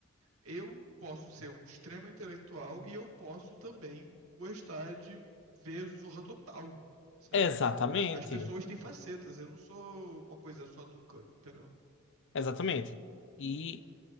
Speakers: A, on the right; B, on the left.
A: eu posso ser um extremo intelectual e eu posso também gostar de ver Zorra Total, sabe?
B: Exatamente.
A: As pessoas têm facetas, eu não sou uma coisa só nunca, entendeu?
B: Exatamente. E